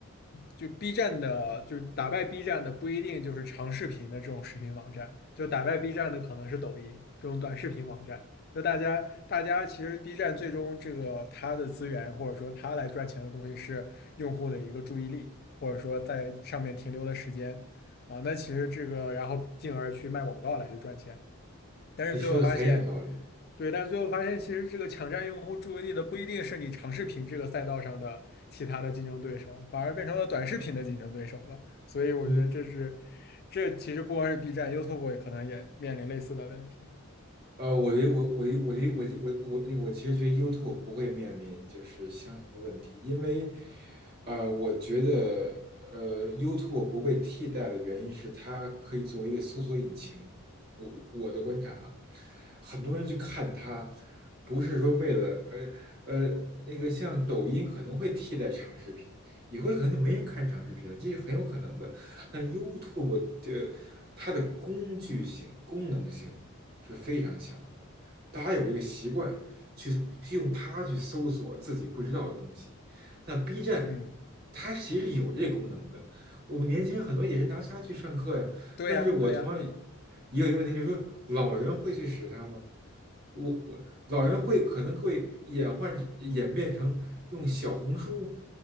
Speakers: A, on the left; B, on the right.
A: 就 B 站的，就是打败 B 站的不一定就是长视频的这种视频网站，就打败 B 站的可能是抖音这种短视频网站。就大家，大家其实 B 站最终这个它的资源或者说它来赚钱的东西是用户的一个注意力，或者说在上面停留的时间啊。那其实这个，然后进而去卖广告来去赚钱。但是最后发现，
B: 你说的很有道理，
A: 对，但是最后发现，其实这个抢占用户注意力的不一定是你长视频这个赛道上的其他的竞争对手，反而变成了短视频的竞争对手了。所以我觉得这是，
B: 你
A: 这其实不光是 B 站，YouTube 也可能也面临类似的问题。
B: 呃，我的我我的我的我的我我我其实觉得 YouTube 不会面临就是相同的问题，因为，呃，我觉得呃 YouTube 不被替代的原因是它可以作为一个搜索引擎。我我的观察啊，很多人去看它，不是说为了呃呃那个像抖音可能会替代长视频，以后可能就没人看长视频了，这是很有可能的。但 YouTube 的它的工具性、功能性。是非常强的。大家有这个习惯去去用它去搜索自己不知道的东西。那 B 站
A: 嗯，
B: 它其实有这功能的，我们年轻人很多也是拿它去上课呀。
A: 对呀，
B: 但是我同样
A: 对呀。
B: 也有一个问题，就是说老人会去使它吗？我我老人会可能会演换演变成用小红书